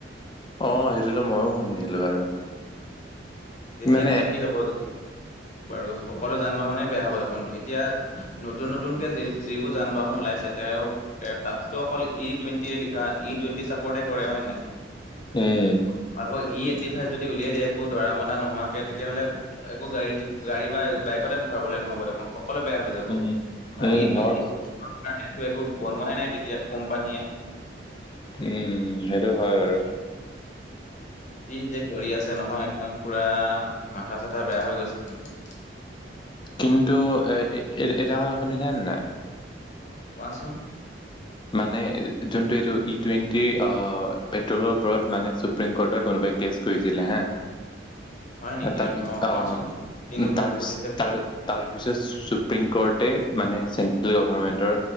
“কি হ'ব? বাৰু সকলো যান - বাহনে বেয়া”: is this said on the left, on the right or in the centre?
Left